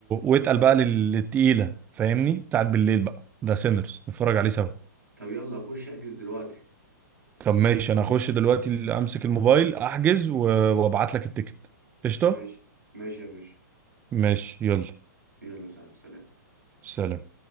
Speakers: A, on the right (about 15°); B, on the right (about 85°).
A: واتقل بقى لل... للتقيله فاهمني بتاعت بالليل بقى ده سينرز نتفرج عليه سوا
B: طب يلا خش احجز دلوقتي
A: طب ماشي انا اخش دلوقتي ال- امسك الموبايل احجز و... وابعت لك التيكت قشطه
B: ماشي ماشي يا باشا
A: ماشي يلا
B: يلا يا صاحبي سلام
A: سلام